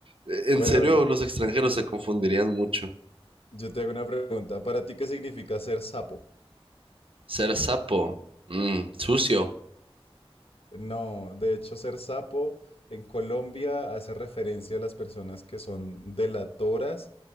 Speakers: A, on the right; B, on the left.
A: e-
B: Bueno,
A: en serio,
B: bueno,
A: los extranjeros se confundirían mucho.
B: yo te hago una pregunta. ¿Para ti qué significa ser sapo?
A: Ser sapo, mm, sucio,
B: No, de hecho, ser sapo en Colombia hace referencia a las personas que son delatoras